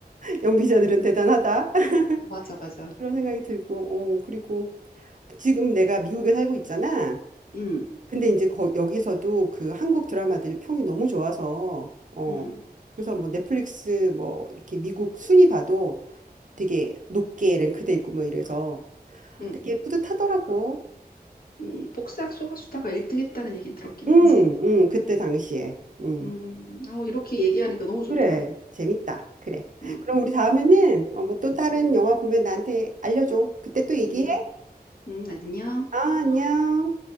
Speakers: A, on the right; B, on the left.
A: 연기자들은 대단하다. <laughs>
B: 맞아 맞아.
A: 그런 생각이 들고, 어, 그리고 지금 내가 미국에 살고 있잖아.
B: 응
A: 근데 이제 거, 여기서도 그 한국 드라마들이 평이 너무 좋아서, 어,
B: 응
A: 그래서 뭐 넷플릭스 뭐 이렇게 미국 순위 봐도 되게 높게 랭크돼 있고 뭐 이래서
B: 응
A: 되게 뿌듯하더라고.
B: 음, 복사학 소가수다가 1등 했다는 얘긴 들었긴
A: 응,
B: 했지.
A: 응, 그때 당시에. 응.
B: 음, 아, 이렇게 얘기하니까 너무 좋다.
A: 그래, 재밌다. 그래.
B: 음,
A: 그럼 우리 다음에는 어, 뭐 또 다른
B: 음,
A: 영화 보면 나한테 알려줘. 그때 또 얘기해.
B: 음, 음, 안녕.
A: 아, 안녕.